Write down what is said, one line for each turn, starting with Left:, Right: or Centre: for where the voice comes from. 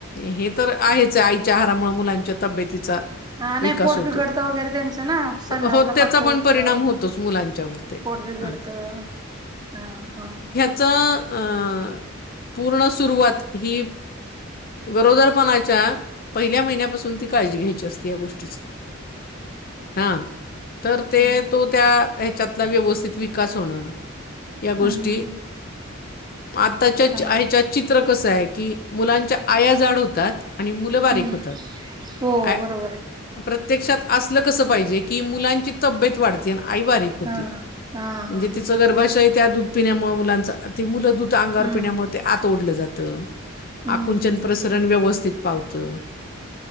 Left: हे तर आहेच आहे आईच्या आहारामुळे मुलांच्या तब्येतीचा
Right: हा नाही
Left: विकास
Right: पोट
Left: होतो.
Right: बिघडत वगैरे त्यांचं ना संडसाला
Left: तर हो त्याचा
Right: पातंळ
Left: पण
Right: होतं.
Left: परिणाम होतोच मुलांच्यावर ते
Right: पोट बिघडतं
Left: हां
Right: हा हा
Left: अं च पूर्ण सुरवात ही गरोदरपणाच्या पहिल्या महिन्यापासून ती काळजी घ्यायची असते या गोष्टीचं. हा तर ते
Right: हम्म
Left: तो त्या ह्याच्यातला व्यवस्थित विकास होणं. या गोष्टी
Right: हम्म
Left: आताच्या
Right: हा
Left: ह्याच्यात चित्र कस आहे की मुलांच्या आया जाड होतात. आणि मुलं बारीक
Right: हम्म
Left: होतात
Right: हो
Left: ॲ
Right: बरोबर आहे
Left: प्रत्यक्षात असलं कसं पाहिजे की मुलांची तब्येत वाढते आणि आई बारीक होती
Right: हा हा
Left: म्हणजे
Right: हा
Left: तिच
Right: हा
Left: गर्भशय त्यादू ''--'' पिण्यामुळे मुलांच ते मुलं दूध अंगावर
Right: हम्म
Left: पिण्यामुळे ते आत ओढलं जातं.
Right: हम्म
Left: आकुंचन
Right: हम्म
Left: प्रसरण व्यवस्थित पावतं.